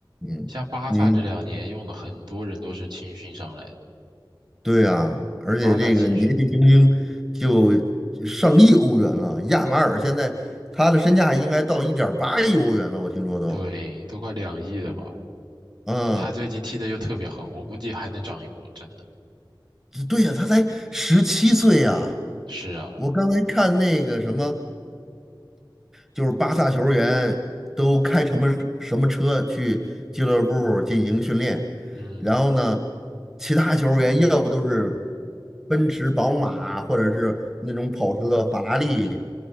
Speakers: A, in the centre; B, on the right (about 65°).
A: 嗯，
B: 像巴萨这两年用的很多人都是青训上来的，
A: 你对啊，而且这个年纪轻轻就
B: 巴萨青训，
A: 上亿欧元了。亚马尔现在他的身价应该到一点八亿欧元了，我听说都。
B: 对，都快两亿了吧？
A: 嗯，
B: 他最近踢的又特别好，我估计还能涨一波，真的。
A: 对呀，他才十七岁呀。
B: 是啊，
A: 我刚才看那个什么，就是巴萨球员都开什么什么车去俱乐部进行训练，
B: 嗯，
A: 然后呢，其他球员要不都是奔驰、宝马，或者是那种跑车，法拉利、